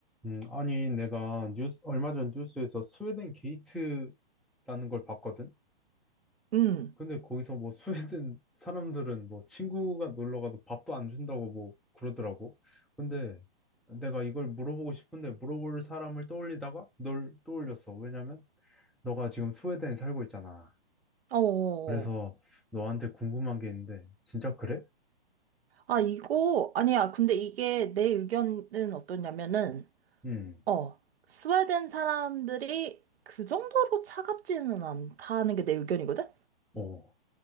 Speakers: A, in the centre; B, on the right.
A: 음, 아니, 내가 뉴스, 얼마 전 뉴스에서 스웨덴 게이트라는 걸 봤거든?
B: 음.
A: 근데 거기서 뭐 <laughs> 스웨덴 사람들은 뭐 친구가 놀러 가도 밥도 안 준다고 뭐 그러더라고. 근데 내가 이걸 물어보고 싶은데 물어볼 사람을 떠올리다가 널 떠올렸어. 왜냐면 너가 지금 스웨덴에 살고 있잖아.
B: 어어어.
A: 그래서 너한테 궁금한 게 있는데, 진짜 그래?
B: 아, 이거, 아니야. 근데 이게 내 의견은 어떠냐면은,
A: 음,
B: 어, 스웨덴 사람들이 그 정도로 차갑지는 않다는 게 내 의견이거든?
A: 어.